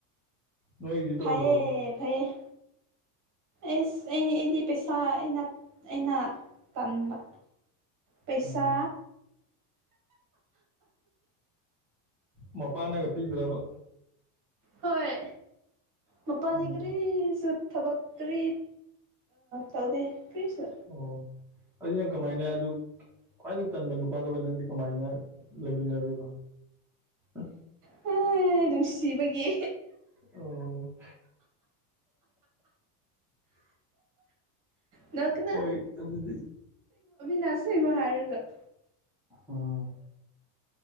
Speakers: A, in the centre; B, on the right.
A: ꯅꯣꯏꯒꯤꯗꯤ ꯇꯧꯗ꯭ꯔꯣ
B: ꯐꯌꯦꯦ ꯐꯔꯌꯦꯦ ꯑꯦꯁ ꯑꯩ ꯑꯩꯗꯤ ꯄꯩꯁꯥ ꯑꯩꯅ ꯑꯩꯅ ꯇꯟꯥꯟꯕ ꯄꯩꯁꯥ
A: ꯎꯝ ꯃꯄꯥꯥꯟꯅꯒ ꯄꯤꯗ꯭ꯔꯕ
B: ꯍꯣꯏ ꯃꯄ ꯑꯗꯤ
A: ꯎꯝ
B: ꯀꯔꯤ ꯊꯕꯛ ꯀꯔꯤ ꯇꯧꯗꯦ ꯀꯔꯤꯁꯨ
A: ꯑꯣ ꯑꯗꯨ ꯅ ꯀꯃꯥꯏꯅ ꯑꯗꯨ ꯈ꯭ꯋꯥꯏꯗꯒꯤ ꯇꯟꯕ ꯅꯨꯄꯥꯗꯨꯒ ꯅꯪꯗꯤ ꯀꯃꯥꯏꯅ ꯂꯩꯃꯤꯟꯅꯔꯤꯕ ꯎ
B: ꯍ ꯅꯨꯡꯁꯤꯕꯒꯤ
A: ꯑꯣ
B: ꯅ ꯀꯅ
A: ꯍꯣꯏ ꯑꯗꯨꯗꯤ
B: ꯅꯁꯦꯕ ꯍꯥꯔꯒꯔꯣ
A: ꯎꯝ